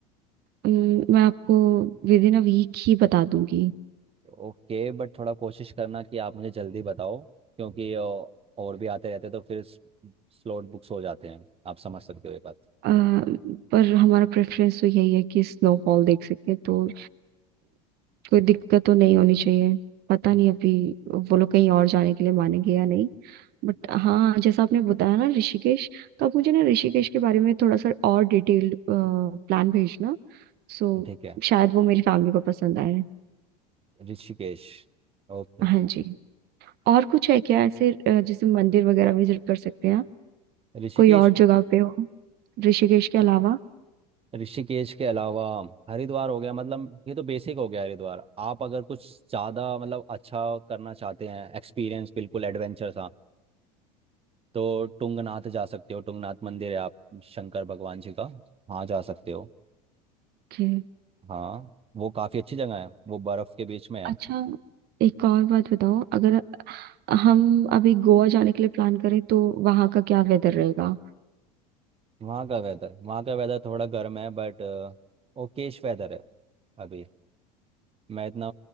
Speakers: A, on the right (about 50°); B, on the right (about 30°).
A: अम, मैं आपको विद इन अ वीक ही बता दूंगी
B: ओके बट थोड़ा कोशिश करना कि आप मुझे जल्दी बताओ क्योंकि अ, और भी आते रहते तो फिर स्लॉट बुक्स हो जाते हैं आप समझ सकते हो ये बात
A: अ, पर हमारा प्रेफरेंस तो यही है कि स्नोफॉल देख सके तो कोई दिक्कत तो नहीं होनी चाहिए पता
B: हम्म,
A: नहीं अभी वो लोग कहीं और जाने के लिए मानेंगे या नहीं बट हाँ जैसा आपने बताया ना ऋषिकेश तो आप मुझे ना ऋषिकेश के बारे में थोड़ा सा और डिटेल्ड प्लान भेजना सो
B: ठीक है
A: शायद वो मेरी फैमिली को पसंद आए
B: ऋषिकेश ओके
A: हाँ जी और कुछ है क्या ऐसे अ, जैसे मंदिर वगैरह विजिट कर सकते हैं आप?
B: ऋषिकेश
A: कोई और जगह पे हो ऋषिकेश के अलावा
B: ऋषिकेश के अलावा हरिद्वार हो गया मतलब ये तो बेसिक हो गया हरिद्वार आप अगर कुछ ज़्यादा मतलब अच्छा करना चाहते हैं एक्सपीरियंस बिल्कुल एडवेंचर सा तो टुंगनाथ जा सकते हो टुंगनाथ मंदिर है आप शंकर भगवान जी का वहाँ जा सकते हो
A: ओके
B: हाँ वो काफ़ी अच्छी जगह है वो बर्फ़ के बीच में है
A: अच्छा एक और बात बताओ अगर हम अभी गोवा जाने के लिए प्लान करें तो वहाँ का क्या वेदर रहेगा
B: वहाँ का वेदर वहाँ का वेदर थोड़ा गर्म है बट ओकेश वेदर है अभी मैं इतना